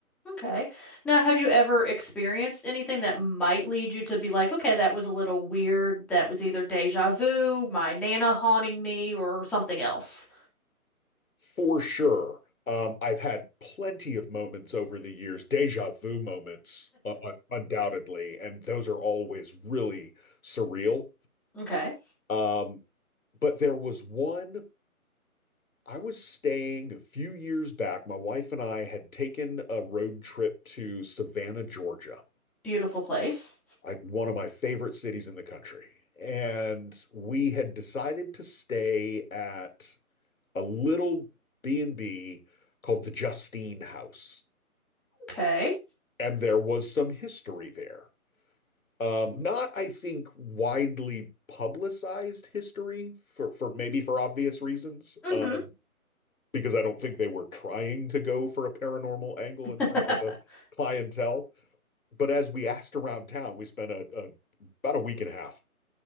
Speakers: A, in the centre; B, on the left.
A: Okay. Now, have you ever experienced anything that might lead you to be like, okay, that was a little weird. That was either deja vu, my Nana haunting me, or something else?
B: For sure. Um, I've had plenty of moments over the years, déjà vu moments, uh, undoubtedly, and those are always really surreal.
A: Okay.
B: Um, But there was one, I was staying a few years back. My wife and I had taken a road trip to Savannah, Georgia,
A: Beautiful place.
B: like one of my favorite cities in the country. And we had decided to stay at a little B&B called the Justine House.
A: Okay.
B: And there was some history there. Um, not, I think, widely publicized history for, for maybe for obvious reasons,
A: Mm-hmm.
B: uh, because I don't think they were trying to go for a paranormal angle
A: <laughs>
B: in terms of the clientele. But as we asked around town, we spent a, a about a week and a half